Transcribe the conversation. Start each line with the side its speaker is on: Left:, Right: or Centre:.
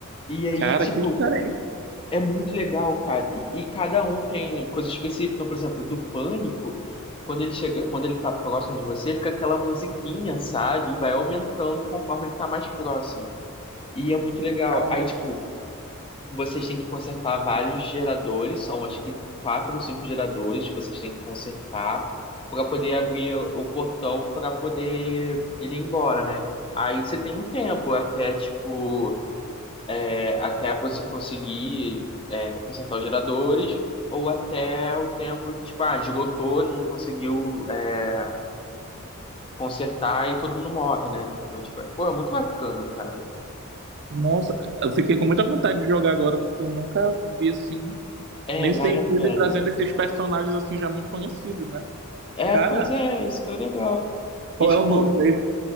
Left: e aí,
Right: cara,
Left: tipo,
Right: que diferente,
Left: é muito legal, cara. E, e cada um tem coisa específica. Então, por exemplo, do Pânico, quando ele chega, quando ele tá próximo de você, fica aquela musiquinha, sabe? E vai aumentando conforme ele tá mais próximo. E é muito legal.
Right: cara.
Left: Aí, tipo, vocês têm que consertar vários geradores, são acho que quatro ou cinco geradores que vocês têm que consertar para poder abrir o o portão para poder ir embora, né? Aí você tem um tempo até tipo é, até você conseguir é, consertar os geradores ou até o tempo que tipo ah, esgotou, não conseguiu é, consertar e todo mundo morre, né? Então tipo é, pô, é muito bacana, cara.
Right: Nossa, eu fiquei com muita vontade de jogar agora, porque eu nunca vi assim,
Left: É,
Right: nesse
Left: vale
Right: sentido,
Left: a pena.
Right: e trazendo esses personagens assim já muito conhecidos, né?
Left: É,
Right: Cara,
Left: pois é, isso que é o legal.
Right: qual
Left: E, tipo,
Right: é o nome mesmo?